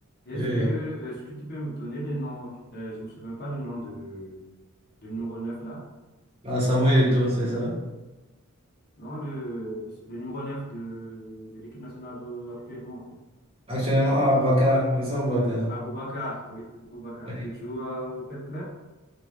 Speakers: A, on the left; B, on the right.
A: est-ce
B: Oui, oui.
A: que, euh, est-ce que tu peux me donner le nom, euh, je ne me souviens pas du nom de, du numéro 9 là,
B: Ah, Samuel Eto'o, c'est ça.
A: non, le, le numéro 9 de, de l'équipe nationale euh, actuellement, en fait.
B: Actuellement, à Bakar, Essao Bakar.
A: Aboubacar, oui, Aboubacar.
B: Oui.
A: Il joue à quel club?